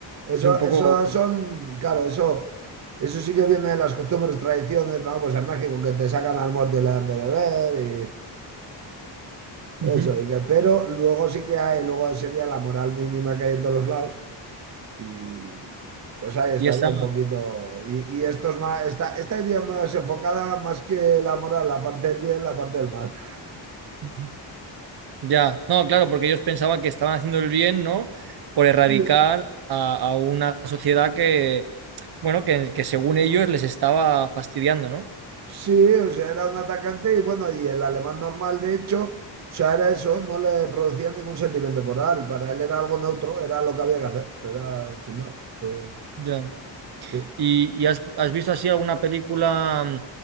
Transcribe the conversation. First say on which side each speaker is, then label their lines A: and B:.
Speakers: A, on the right; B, on the right.
A: Eso,
B: es un poco...
A: eso son, claro, eso... Eso sí que viene de las costumbres, tradiciones, ¿no? Pues en México que te sacan al muerto y le dan de beber
B: Ujú.
A: Eso, y que- pero luego sí que hay, luego sería la moral mínima que hay en todos los lados y pues ahí estaría
B: Y esa...
A: un poquito. Y, y esto es más, esta, esta iría más enfocada más que la moral, la parte del bien, la parte del mal.
B: Ujú. Ya, no, claro, porque ellos pensaban que estaban haciendo el bien, ¿no? Por erradicar
A: Sí,
B: a, a una sociedad que, bueno, que, que según ellos les estaba fastidiando, ¿no?
A: Sí, o sea, era un atacante y bueno, y el alemán normal, de hecho, o sea, era eso, no le producía ningún sentimiento moral, para él era algo neutro, era lo que había que hacer, era sin más. eh,
B: Ya.
A: sí.
B: ¿Y, y has, has visto así alguna película, mm,